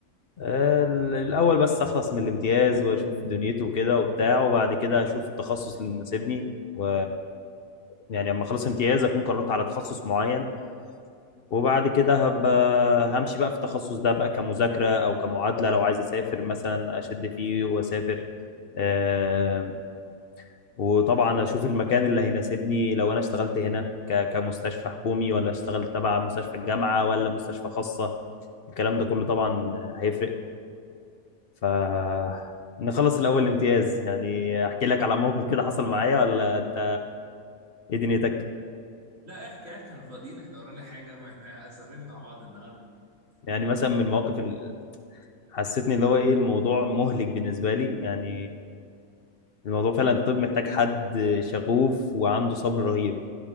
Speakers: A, on the left; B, on the right.
A: آه، ال- الأول بس أخلص من الامتياز وأشوف دنيته كده وبتاع وبعد كده أشوف التخصص اللي مناسبني و يعني لما أخلص امتياز أكون قررت على تخصص معين وبعد كده هبقى همشي بقى في التخصص ده بقى كمذاكرة أو كمعادلة لو عايز أسافر مثلا أشد فيه وأسافر آم، وطبعا أشوف المكان اللي هيناسبني لو أنا اشتغلت هنا ك- كمستشفى حكومي ولا اشتغلت تبع مستشفى الجامعة ولا مستشفى خاصة الكلام ده كله طبعا هيفرق فنخلص الأول الامتياز يعني أحكي لك على موقف كده حصل معايا ولا أنت إيه دنيتك؟
B: لا احكي احكي احنا فاضيين احنا ورانا حاجه ما احنا سهرين مع بعض النهارده
A: يعني مثلا من المواقف اللي حسيتني اللي هو إيه الموضوع مهلك بالنسبة لي يعني الموضوع فعلا الطب محتاج حد شغوف وعنده صبر رهيب